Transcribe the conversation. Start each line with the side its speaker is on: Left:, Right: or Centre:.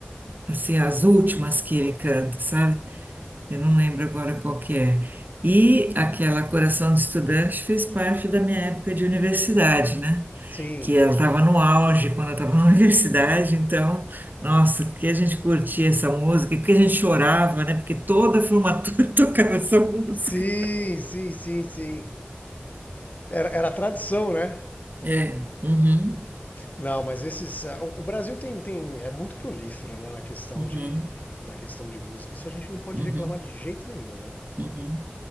Right: assim, as últimas que ele canta, sabe? Eu não lembro agora qual que é. E aquela Coração de Estudante fez parte da minha época de universidade, né?
Left: Sim.
Right: que eu estava no auge quando eu estava na <laughs> universidade, então, nossa, porque a gente curtia essa música, porque a gente chorava, né? Porque toda a formatura <laughs> tocava essa música.
Left: Sim, sim, sim, sim. Era, era a tradição, né?
Right: É, uhum,
Left: Não, mas esses. ah, O o Brasil tem, tem, é muito prolífero, né, na questão
Right: uhum,
Left: de, na questão de música. Isso a gente não pode
Right: uhum,
Left: reclamar de jeito nenhum, né?
Right: uhum.